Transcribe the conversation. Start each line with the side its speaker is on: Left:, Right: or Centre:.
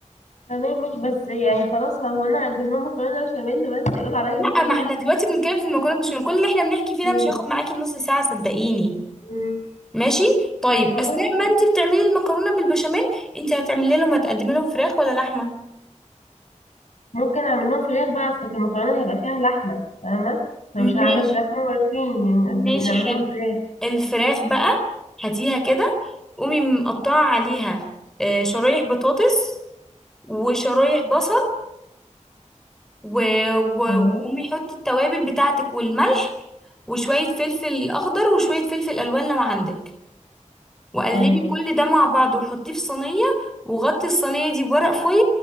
Left: تمام مش بس يعني خلاص هو انا هقدم لهم مكرونه بشاميل بس يقولوا عليا
Centre: لا
Left: بخيله
Centre: ما احنا دلوقتي بنتكلم في المكرونه
Left: فاهمة؟
Centre: بشاميل كل اللي احنا بنحكي
Left: <laughs>
Centre: فيه
Left: مم.
Centre: ده مش هياخد معاكي نص ساعه صدقيني
Left: مم.
Centre: ماشي طيب
Left: خلاص
Centre: اثناء
Left: ماشي
Centre: ما انت بتعملي المكرونه بالبشاميل انت هتعملي لهم هتقدمي لهم فراخ ولا لحمه
Left: ممكن اعمل لهم فراخ بقى اصل المكرونه هيبقى فيها لحمه فاهمه فمش هعمل
Centre: ماشي
Left: لحمه مرتين يعني نقدم
Centre: ماشي
Left: نعمل
Centre: حلو
Left: لهم فراخ
Centre: الفراخ بقى هاتيها كده قومي مقطعة عليها آه، شرايح بطاطس وشرايح بصل و- و- وقومي
Left: تمام
Centre: حطي التوابل بتاعتك والملح وشوية فلفل أخضر وشوية فلفل ألوان لو عندك وقلبي
Left: تمام
Centre: كل ده مع بعض وحطيه في صينية وغطي الصينية دي بورق فويل